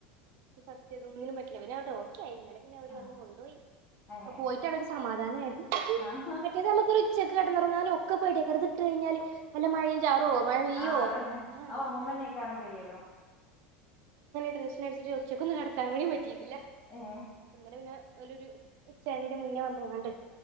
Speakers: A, on the right; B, on the left.
A: സത്യത ഒന്നിനും പറ്റില്ല, പിന്നെ അവടെ ഓക്കെആയി. ഇന്നലെ പിന്നെ അവര്
B: ആഹ്
A: വന്ന് കൊണ്ടുപോയി.
B: ഏഹ്
A: പോയിട്ട് അവിടെ ഒരു സമാധാനയത്.
B: ആഹ്
A: മറ്റേത് നമുക്കൊരു ഉച്ചക്ക് ന്നാലും ഒക്കെ പേടിയ, പുറത് ഇട്ട് കിഞ്ഞാല് വല്ല മഴയും ചാറുആവും മഴ പെയ്യോ?
B: ആഹ് അതന്നെ
A: <unintelligible>
B: ആ ഒറങ്ങുമ്പന്നേക്കാരം പെയ്യലും
A: ടെൻഷൻ അടിച്ചിട്ട് ഉച്ചക്ക് ഒന്ന് കിടക്കാനും കൂടി പ റ്റിട്ടില്ല
B: ഏഹ്
A: ഇന്നലെ പിന്നെ ഓലൊരു ഉച്ചാണെന്റെ മുന്നേ വന്നു. മാണ്ടേ